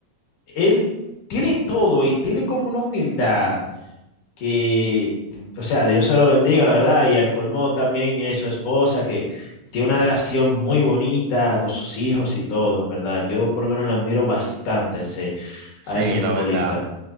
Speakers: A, on the left; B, on the right.
A: él tiene todo y tiene como una humildad que, o sea, Dios se lo bendiga, la verdad, y al colmo también es su esposa, que tiene una relación muy bonita con sus hijos y todo, en verdad. Yo por lo menos lo admiro bastante a ese,
B: Sí,
A: a ese futbolista.
B: la verdad,